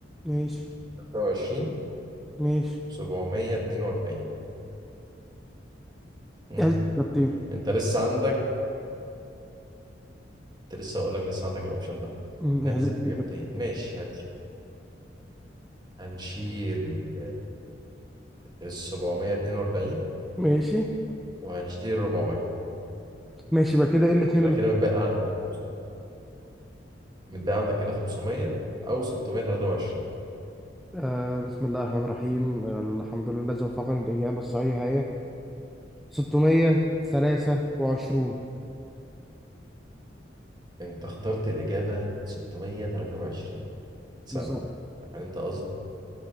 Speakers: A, in the centre; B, on the right.
A: ماشي
B: 623
A: ماشي
B: 742 امم
A: احذفنا بتين
B: انت لسه عندك كنت لسه هقول لك لسه عندك الاوبشن ده
A: أمم،
B: نحذف
A: احذفنا
B: اجابتين
A: بتين.
B: ماشي هنش- هنشيل ال 742
A: ماشي
B: وهنشيل ال 400
A: ماشي بقى كده ايه الاتنين
B: يبقى
A: اللي
B: كده متبقى عندك خمس- متبقى عندك كده 500 او 623
A: آه بسم الله الرحمن الرحيم آه الحمد لله الذي وفقني للإجابة الصحيحة هي 623
B: انت اخترت الاجابه 623 سنه
A: بالظبط
B: يعني انت قصدك